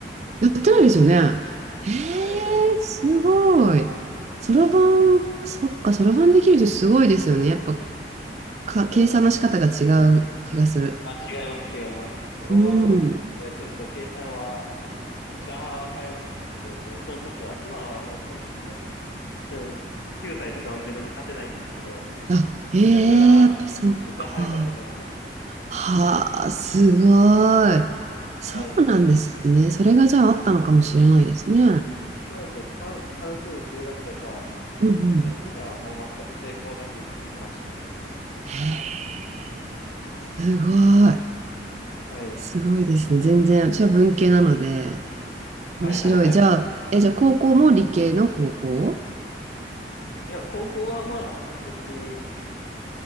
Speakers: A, on the right; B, on the left.
A: やってないですよね。え
B: てないです、やってない。
A: えすごい。そろばん、そっか、そろばんできる人すごいですよね。やっぱ、か、
B: そうですね。
A: 計算の仕方が違う気がする。
B: あ、違います、違います。そろばん、
A: うん。
B: やっぱやってると計算は、むちゃ早かったですね。その時は。今はもうその時の、うん、9歳とかの自分に勝てないんですけど、
A: あ、ええやっぱそっか。
B: 昔は、めちゃ早かったと思います。
A: はあ、すごい。そうなんですね。
B: はい。
A: それがじゃああったのかもしれないですね。
B: そうですね。算、算数、数学とか、
A: うんうん。
B: 数字にはもう全く抵抗なく生きてきましたね、それで。
A: へえ、すごい。
B: はい。
A: すごいですね。全然、私は文系なので、
B: <laughs> はいはいはい。
A: 面白い。じゃあ、え、じゃあ高校も理系の高校
B: いや、高校はまあ、別に、